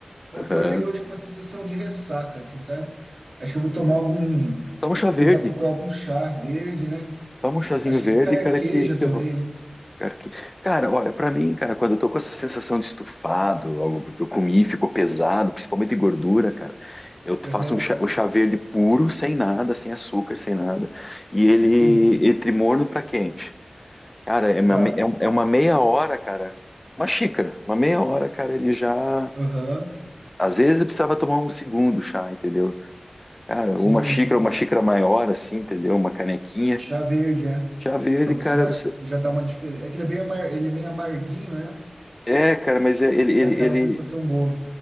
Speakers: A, on the right; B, on the left.
A: Acordei
B: Aham.
A: hoje com uma sensação de ressaca, assim, sabe? Acho que eu vou tomar algum,
B: Toma um chá verde.
A: tentar procurar algum chá verde, né?
B: Toma um chazinho
A: Acho
B: verde,
A: que carqueja
B: cara, que, que,
A: também, né?
B: Cara, que... cara, olha, pra mim, cara, quando eu tô com essa sensação de estufado, algo que eu comi ficou pesado, principalmente de gordura, cara, eu
A: Aham,
B: faço um chá, um chá verde puro, sem nada, sem açúcar, sem nada, e ele
A: sim,
B: entre morno pra quente. Cara, é uma,
A: tá.
B: me- é um- é uma meia hora, cara, uma xícara, uma meia hora, cara, ele já.
A: Aham,
B: Às vezes eu precisava tomar um segundo chá, entendeu? Cara,
A: sim,
B: uma xícara, uma xícara maior, assim, entendeu? Uma canequinha.
A: chá verde, é.
B: Chá verde,
A: Pra você
B: cara,
A: acho
B: você.
A: que já dar uma diferença. É que ele é bem amar, ele é meio amarguinho, né?
B: É, cara, mas é- ele,
A: Dá
B: ele,
A: aquela
B: ele,
A: sensação boa.